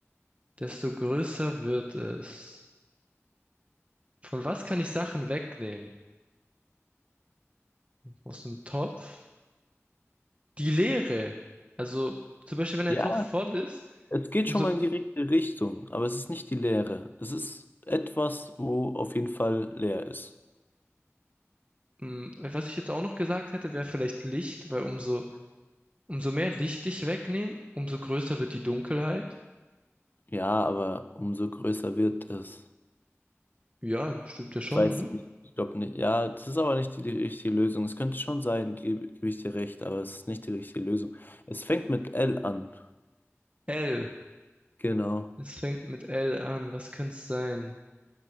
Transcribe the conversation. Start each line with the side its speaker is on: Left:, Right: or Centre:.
Right: desto größer wird es. Von was kann ich Sachen wegnehmen? Aus dem Topf? Die Leere. Also, zum Beispiel, wenn ein
Left: Ja,
Right: Topf voll ist,
Left: es geht
Right: umso,
Left: schon mal in die richtige Richtung, aber es ist nicht die Leere. Es ist etwas, wo auf jeden Fall leer ist.
Right: hm, was ich jetzt auch noch gesagt hätte, wäre vielleicht Licht, weil umso, umso mehr Licht ich wegnehme, umso größer wird die Dunkelheit.
Left: Ja, aber umso größer wird es.
Right: Ja, stimmt ja schon,
Left: Ich weiß
Right: oder?
Left: nicht, ich glaube nicht. Ja, das ist aber nicht die, die richtige Lösung. Es könnte schon sein, gebe, gebe ich dir recht, aber es ist nicht die richtige Lösung. Es fängt mit L an.
Right: L.
Left: Genau.
Right: Es fängt mit L an. Was könnte sein?